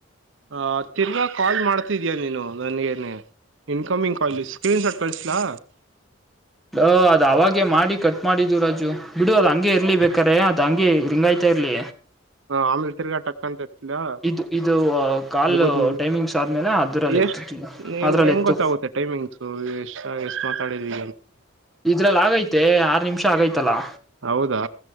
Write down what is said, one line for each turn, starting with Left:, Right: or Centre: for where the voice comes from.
Right: ಆ ತಿರ್ಗಾ ಕಾಲ್ ಮಾಡ್ತಿದಯ ನೀನು ನನ್ಗನೆ ಇನ್ಕಮಿಂಗ್ ಕಾಲ ಸ್ಕ್ರೀನ್ ಶಾಟ್ ಕಳಸಲಾ
Centre: ಹ ಅದ್ ಅವಾಗೆ ಮಾಡಿ ಕಟ್ ಮಾಡಿದು ರಾಜು ಬಿಡು ಅದ ಹಂಗೆ ಇರ್ಲಿ ಬೇಕಾರೆ ಅದ್ ಹಂಗೆ ರಿಂಗಾಯ್ತಾ ಇರ್ಲಿ
Right: ಆಮೇಲೆ ತಿರ್ಗಾ ಟಕ್ ಅಂತ ಎತ್ಲಾ
Centre: ಇದು ಇದು ಕಾಲ್
Right: ಮುಗಿದ್ಮೇಲೆ
Centre: ಟೈಮಿಂಗ್ಸ್ ಆದ್ಮೇಲೆ ಅದರಲ್ಲಿ
Right: ಎಷ್ಟ್
Centre: ಎತ್ತುತ್ತೀನಿ
Right: ನಿಂ
Centre: ಅದರಲ್ಲಿ
Right: ಹೆಂಗ್
Centre: ಎತ್ತು
Right: ಗೊತ್ತಾಗುತ್ತೆ ಟೈಮಿಂಗ್ಸು ಎಷ್ಟ ಎಷ್ಟು ಮಾತಾಡಿದ ಈಗ
Centre: ಇದ್ರಲ್ಲಿ ಆಗೈತೆ ಆರ್ ನಿಮಿಷ ಆಗೈತಲ್ಲಾ
Right: ಹೌದಾ